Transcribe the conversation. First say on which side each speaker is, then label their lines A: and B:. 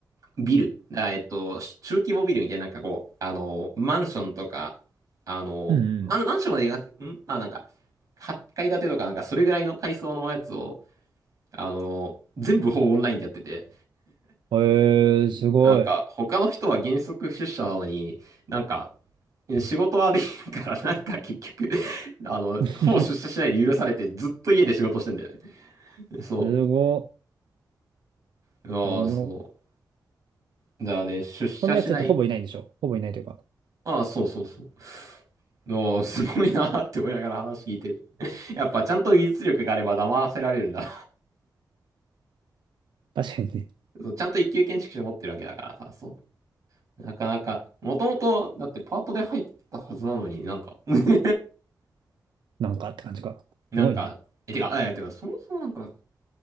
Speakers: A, on the right; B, on the right.
A: ビル、あえっと、中規模ビルみたいな、なんかこう、あの、マンションとか、あの、
B: うん
A: マンマンションまで言わなくて、んまあなんか、8階建てとか、なんかそれぐらいの階層のやつを、あの、全部ほぼオンラインでやってて、
B: うん。へえー、すごい。
A: なんか、他の人は原則出社なのに、なんか、仕事はできるから、<laughs> なんか結局あの、
B: <laughs>
A: ほぼ出社しないで許されて、ずっと家で仕事してんだよね。そ
B: すごい。
A: う。ああ、
B: おもろ。
A: そう。だね、出社しない。
B: そんなやつだってほぼいないんでしょほぼいないというか。
A: ああ、そうそうそう。おーすごいなーって思いながら話聞いてる。やっぱちゃんと技術力があれば騙せられるんだ。
B: 確かにね。
A: そうちゃんと一級建築士持ってるわけだからさ、そう。なかなか、もともと、だってパートで入ったはずなのになんか <laughs>
B: なんかって感じか。
A: なんか、
B: すごいね。
A: え、てか、え、てか、そもそもなんか、